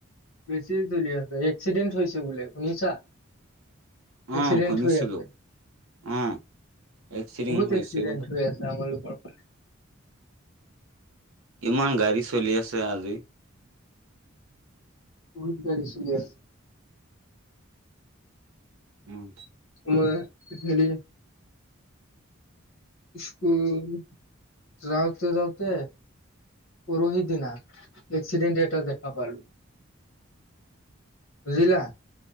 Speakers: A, on the left; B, on the right.
A: বেছি জ্বলীয়া আছে, এক্সিডেণ্ট হৈছে বোলে শুনিছা?
B: অ
A: এক্সিডেণ্ট
B: শুনিছিলো
A: হৈ আছে,
B: অ এক্সিডেণ্ট
A: বহুত
B: হৈছে
A: এক্সিডেন্ট
B: বোলে
A: হৈ আছে। <unintelligible>
B: ইমান গাড়ী চলি আছে আজি।
A: বহুত গাড়ী চলি আছে।
B: উম।
A: মই হেৰি স্কুল যাওতে যাওতে, পৰহি দিনা এক্সিডেণ্ট এটা দেখা পালো। বুজিলা।